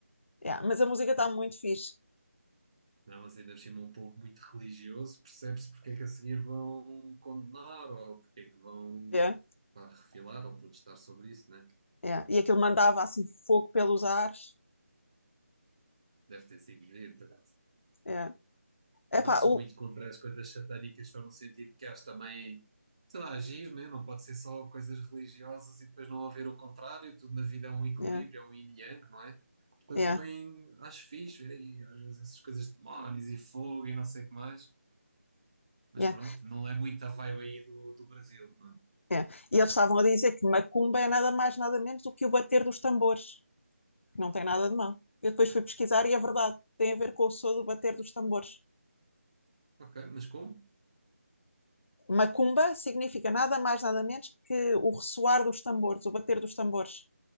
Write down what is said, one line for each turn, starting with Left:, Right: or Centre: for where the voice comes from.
Left: Yeah, mas a música está muito fixe.
Right: Não, mas ainda por cima é um povo muito religioso, percebe-se porque é que a seguir vão condenar ou porque é que vão
Left: Yeah,
Right: pá, refilar ou protestar sobre isso, né?
Left: yeah. E aquilo mandava assim fogo pelos ares.
Right: Deve ter sido giro, por acaso.
Left: Yeah. Epá,
Right: Eu não sou
Left: uh,
Right: muito contra as coisas satânicas, só no sentido que acho também, sei lá, agir, né? Não pode ser só coisas religiosas e depois não haver o contrário, tudo na vida é um equilíbrio,
Left: yeah,
Right: é um yin e yang, não é? Portanto,
Left: yeah,
Right: também acho fixe ver aí, às vezes, essas coisas de demónios e fogo e não sei o que mais. Mas
Left: yeah,
Right: pronto, não é muito a vibe aí do, do Brasil, não é?
Left: yeah. E eles estavam a dizer que macumba é nada mais, nada menos do que o bater dos tambores. não tem nada de mal. Eu depois fui pesquisar e é verdade, tem a ver com o som do bater dos tambores.
Right: Ok, mas como?
Left: Macumba significa nada mais, nada menos que o ressoar dos tambores, o bater dos tambores.